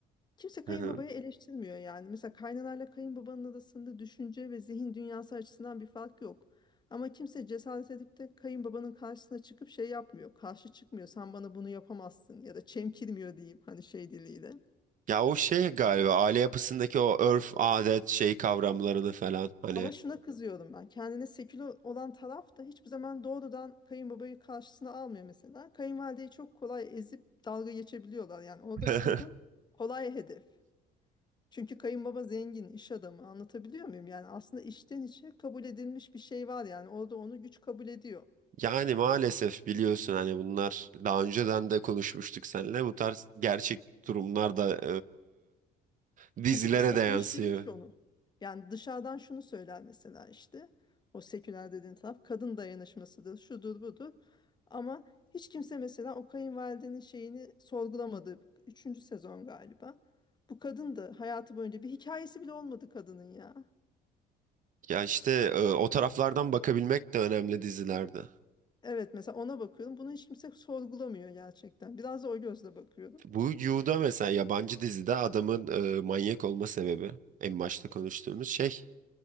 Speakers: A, on the left (about 25°); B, on the right (about 50°).
A: Kimse kayınbabayı
B: <laughs>
A: eleştirmiyor yani. Mesela kaynanayla kayınbabanın arasında düşünce ve zihin dünyası açısından bir fark yok. Ama kimse cesaret edip de kayınbabanın karşısına çıkıp şey yapmıyor. Karşı çıkmıyor. Sen bana bunu yapamazsın ya da çemkirmiyor diyeyim hani şey diliyle.
B: Ya o şey galiba aile yapısındaki o örf, adet, şey kavramlarını falan hani.
A: Ama Evet, şuna evet. kızıyorum ben. Kendine seküler olan taraf da hiçbir zaman doğrudan kayınbabayı karşısına almıyor mesela. Kayınvalideyi çok kolay ezip dalga geçebiliyorlar. Yani orada
B: <laughs>
A: kadın kolay hedef. Çünkü kayınbaba zengin, iş adamı anlatabiliyor muyum? Yani aslında içten içe kabul edilmiş bir şey var yani orada onu güç kabul ediyor.
B: Yani maalesef biliyorsun hani bunlar daha önceden de konuşmuştuk seninle bu tarz gerçek durumlar da e, dizilere
A: Çünkü içselleştirmiş
B: de yansıyor.
A: onu. Yani dışarıdan şunu söyler mesela işte o seküler dediğin taraf kadın dayanışmasıdır, şudur budur. Ama hiç kimse mesela o kayınvalidenin şeyini sorgulamadı. Üçüncü sezon galiba. Bu kadın da hayatı boyunca bir hikayesi bile olmadı kadının ya.
B: Ya işte e, o taraflardan bakabilmek de önemli dizilerde.
A: Evet mesela ona bakıyorum. Bunu hiç kimse sorgulamıyor gerçekten. Biraz da o gözle bakıyorum.
B: Bu Yu'da mesela yabancı dizide adamın e, manyak olma sebebi en başta konuştuğumuz şey